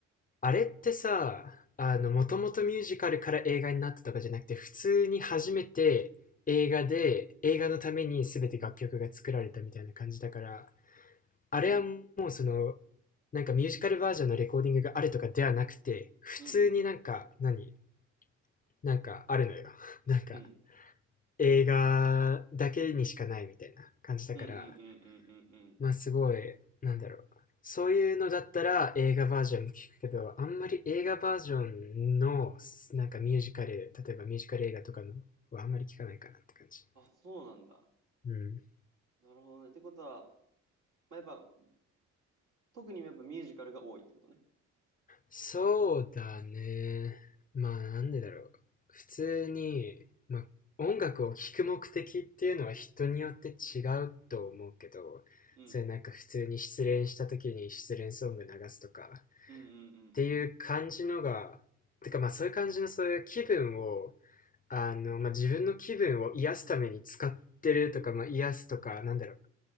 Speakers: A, on the left (about 30°); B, on the right (about 85°).
A: あれってさ、あの、もともとミュージカルから映画になったとかじゃなくて、普通に初めて映画で、映画のために全て楽曲が作られたみたいな感じだから、あれはもうその、
B: うん
A: なんかミュージカルバージョンのレコーディングがあるとかではなくて、普通になんか、
B: うんうんうん。
A: 何なんかあるのよ <laughs>。なんか、
B: うん
A: 映画だけにしかないみたいな感じだから、
B: うんうんうんうんうんうんうんうんうんうんうんうんうんうんうんうんうん
A: まあすごい、なんだろう。そういうのだったら映画バージョンも聞くけど、あんまり映画バージョンのなんかミュージカル、例えばミュージカル映画とかのはあんまり聞かないかなって感じ。
B: あ、そうなんだ。
A: うん。
B: なるほどね。ってことは、まあ、やっぱ、特にやっぱミュージカルが多いってことね。
A: そうだね。まあなんでだろう。普通に、まあ音楽を聴く目的っていうのは人によって違うと思うけど、
B: うん。
A: それなんか普通に失恋した時に失恋ソング流すとか、っ
B: うんうんうん
A: ていう感じのが、てかまあそういう感じのそういう気分を、あの、まあ自分の気分を癒すために使ってるとか、まあ癒すとか、なんだろう、